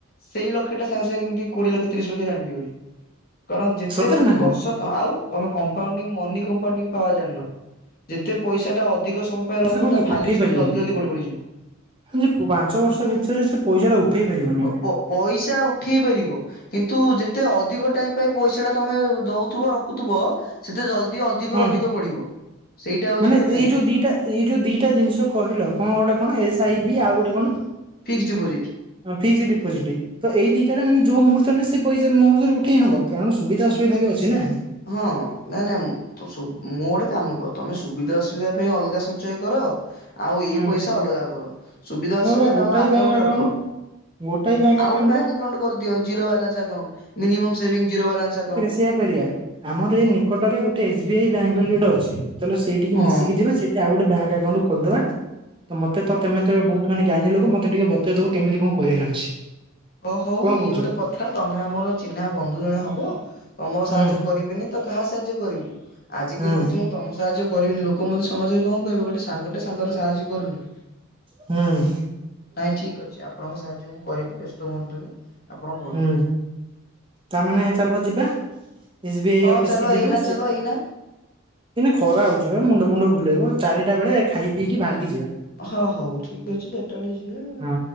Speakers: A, on the left; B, on the right.
A: ସେଇ ଲକ୍ଷ ଟା ତମ ପାଇଁ କେମିତି କୋଡିଏ ଲକ୍ଷ ତିରିଶ ଲକ୍ଷ ଜାଣି ପାରିବନି କ କାରଣ ଯେତେ
B: ସତରେ ନା
A: ବର୍ଷ
B: କଣ?
A: ଆଉ ତମେ କମ୍ପଆଉଡିଂ ମନି କମ୍ପାଉଣ୍ଡିଂ ପାୱାର ଜାଣିନ। ଯେତେ ପଇସା ଟା ଅଧିକ ସମୟ ପାଇଁ
B: କଥା
A: ରହିବ
B: କଣ
A: ତା
B: କି
A: ଭାଲ୍ୟୁ
B: ପଠେଇ
A: ସେତେ
B: ପାରିବନି
A: ଜଲଦି ଜଲଦି ବଢି ବଢିଯିବ।
B: ଯେ ପାଞ୍ଚ ବର୍ଷ ଭିତରେ ସେ ପଇସାଟା ଉଠାଇ ପାରିବନି।
A: ପ ପଇସା ଉଠେଇ ପାରିବ କିନ୍ତୁ ଯେତେ ଅଧିକ ଟାଇମ ପାଇଁ ପଇସା ଟା ତମେ ଦଉଥିବ ରଖୁଥିବ ସେତେ ଜଲ୍ଦି ଅଧିକ
B: ହୁଁ।
A: ଅଧିକ ବଢ଼ିବ, ସେଇଟା ହେଉଛି
B: ମାନେ
A: ଗୋଟେ ଫାଇଦା।
B: ଏଇ ଯୋଉ ଦିଟା ଏଇ ଯେଉଁ ଦୁଇଟା ଜିନିଷ କହିଲ କଣ ଗୋଟେ କଣ ଏ-ସ୍- ଆଇ ବିି ଆଉ ଗୋଟେ କଣ?
A: Fixed deposit.
B: କରିଦେଇଛି ଡିପୋଜିଟ୍। ତ ଏଇ ଦିଟାରେ ମାନେ ଯଉ ମୁହୂର୍ତ୍ତରେ ସେଇ ମୂହୁର୍ତ୍ତରେ ଉଠେଇ ହବ କାରଣ ସୁବିଧା ଅସୁବିଧା ବି ଅଛି ନା।
A: ହଁ ନାଇଁ ନାଇଁ ତ ମୁଁ ଗୋଟେ କାମ କର ତମେ ସୁବିଧା ଅସୁବିଧା ପାଇଁ ଅଲଗା ସଞ୍ଚୟ କର? ଆଉ ଏଇ
B: ହୁଁ
A: ପଇସା ଅଲଗା କର ସୁବିଧା
B: ମୋର
A: ଅସୁବିଧା
B: ବା ଗୋଟାଏ
A: ଟା ମ ଆକାଉଣ୍ଟରେ
B: ବ୍ୟାଙ୍କ ଆକାଉଣ୍ଟ
A: ରଖ।
B: ଗୋଟାଏ ବ୍ୟାଙ୍କ
A: ଆଉ ଗୋଟେ ବ୍ୟାଙ୍କ
B: ବା
A: ଆକାଉଣ୍ଟ କରିଦିଅ zero balance account minimum saving zero balance account.
B: ସେଇଆ କରିବା ଆମର ଏଇ ନିକଟରେ ଗୋଟେ ଏସ୍-ବି- ଆଇ ବ୍ୟାଙ୍କ ବୋଲି ଗୋଟେ ଅଛି ଚାଲୋ ସେଇଠିକି
A: ହଁ
B: ମିଶିକି ଯିବା ସେ ଆଉ ଗୋଟେ ବ୍ୟାଙ୍କ ଆକାଉଣ୍ଟ ଖୋଲିଦବା ତ ମତେ ତତେ ତତେ ତ ବହୁତ ମାନେ ଜ୍ଞାନୀ ଲୋକ ମୋତେ ଟିକେ ବତେଇଦବ କେମିତି କଣ କରିବାର ଅଛି।
A: ହ ହଉ
B: କଣ
A: ଇଏ
B: କହୁଛ?
A: ଗୋଟେ କଥା ତମେ ଆମର ଚିହ୍ନା ବନ୍ଧୁ ଜଣେ ହବ ତମ ସାହାଯ୍ୟ
B: ହୁଁ
A: କରିବେନି ତ କାହା ସାହାଯ୍ୟ କରିବି? ଆଜିକି
B: ହୁଁ
A: ଯଦି ତ ତମ ସାହାଯ୍ୟ କରିବନି ଲୋକ ମଧ୍ୟ ସମାଜରେ କଣ କହିବେ ଗୋଟେ ସାଙ୍ଗଟେ ସାଙ୍ଗରେ ସାହାଯ୍ୟ କରୁନି?
B: ହୁଁ।
A: ନାଇଁ ଠିକ ଅଛି ଆପଣଙ୍କ ସାହାଯ୍ୟ ମୁଁ କରିବି ବ୍ୟସ୍ତ ହୁଅନ୍ତୁନି। ଆପଣ କୁହନ୍ତୁ।
B: ହୁଁ ତାମାନେ ଚାଲ ଯିବା? ଏସ୍-ବି-ଆଇ
A: ହଁ
B: ଅଫିସ
A: ଚାଲ
B: କି ଯିବା
A: ଏଇନା ଚାଲ
B: ସେ
A: ଏଇନା
B: ଏଇଁନା ଖରା ହଉଛି ବା ମୁଣ୍ଡ ମୁୁଣ୍ଡ ବୁଲେଇବ ଚାରିଟା ବେଳେ ଖାଇ ପିଇକି ବାହାରିକି ଯିବା।
A: ହଁ ହଉ ଠିକ ଅଛି ଚାରିଟାବେଳେ ଯିବାଉ
B: ହଁ